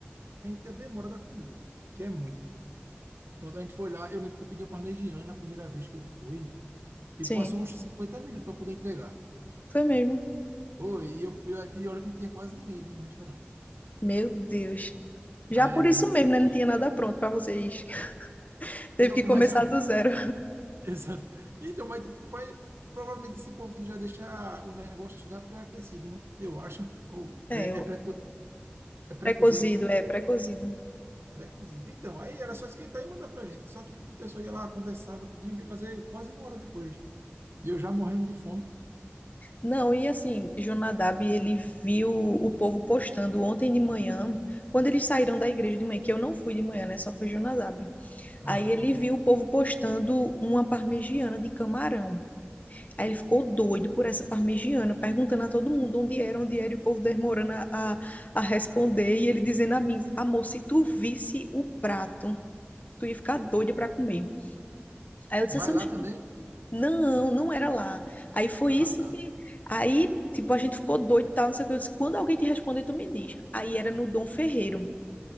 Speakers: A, on the right; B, on the left.
A: a demora da comida, que é muito Pronto, a gente foi lá. Eu lembro que eu pedi uma parmegiana a primeira vez que eu fui. E
B: Sim,
A: passou uns 50 minutos para poder entregar.
B: foi mesmo.
A: Pô, e, eu, eu- e olha que não tinha quase ninguém vindo no restaurante.
B: Meu Deus. Já
A: Aí.
B: por isso mesmo, né? Não tinha nada pronto para vocês. <laughs> Teve
A: Não,
B: que começar
A: mas. eu- <laughs>
B: do zero.
A: Exato. Então, mas tipo, vai- provavelmente esse povo já deixa o negócio já pré-aquecido, né? Eu acho. Ou
B: É,
A: pré,
B: o
A: é pré, é pré-cozido,
B: pré-cozido,
A: né?
B: é, pré-cozido.
A: Pré-cozido. Então, aí era só esquentar e mandar pra gente. Só que, tipo, o pessoal ia lá, conversava, tudinho, e veio trazer quase uma hora depois. E eu já morrendo de fome.
B: Não, e assim, Jonadab, ele viu o povo postando ontem de manhã, quando eles saíram da igreja de manhã, que eu não fui de manhã, né? Só foi Jonadab.
A: Aham.
B: Aí ele viu o povo postando uma parmegiana de camarão. Aí ele ficou doido por essa parmegiana, perguntando a todo mundo onde era, onde era, e o povo demorando a, a, a responder, e ele dizendo a mim, amor, se tu visse o prato tu ia ficar doido para comer. Aí eu disse
A: Mas
B: assim, "Oxe,
A: lá também.
B: não, não era lá. Aí foi
A: Ah,
B: isso
A: tá.
B: que. Aí, tipo, a gente ficou doido e tal, não sei o que. Eu disse, quando alguém te responder, tu me diz. Aí era no Dom Ferreiro.